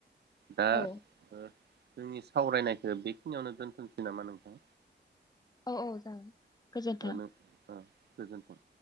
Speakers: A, on the right; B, on the left.
A: दा
B: औ
A: ओ जोंनि सावरायनायखो बेखिनियावनो दोनथ'सै नामा नोंथां?
B: औ औ। जागोन गोजोन्थों
A: ओ नों ओ गोजोनथों।